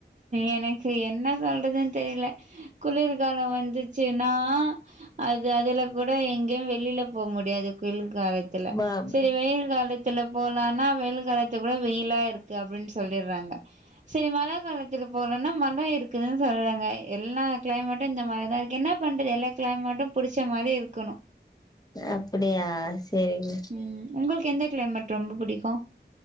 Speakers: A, on the right; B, on the left.
A: எனக்கு என்ன சொல்றதுன்னு தெரியில குளிர்கால வந்துச்சுன்னா அது அதுல கூட எங்கேயு வெளியில போ முடியாது குளு காலத்துல
B: பாப்
A: செரி வெயில் காலத்துல போலனா வெயில் காலத்து கூட வெயிலா இருக்கு அப்டின்னுஸ் சொல்லிடுறாங்க செரி மழ காலத்தில போலானா மழை இருக்குன்னு சொல்றாங்க எல்லா கிளைமேட்டு இந்த மழை தா இருக்கு என்ன பண்றது எல்லா க கிளைமேட்டு புடிச்ச மாரி இருக்கணு
B: அப்படியா சேரிங்க
A: ம் உங்களுக்கு எந்த கிளைமேட் ரொம்ப புடிக்கு